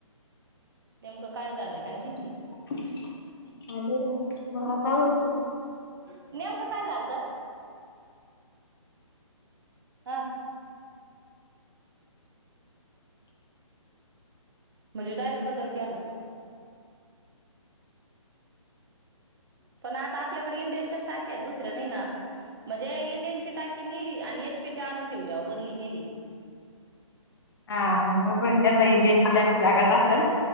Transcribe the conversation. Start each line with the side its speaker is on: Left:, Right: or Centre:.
Right: नेमकं काय झालंय काय माहिती.
Left: <inaudible>
Right: नेमकं काय झालंतं? हा. म्हणजे डायरेक्ट बदल केला. पण आता आपल्यात थोडे इंडियनच्याच टाक्या हायत, दुसऱ्या नाही ना. म्हणजे इंडियनची टाकी नेली आणि एच पीची आणून ठेवल्या व बदली केली.
Left: हा म मग त्यांना इंडियनची टाकी लागत असल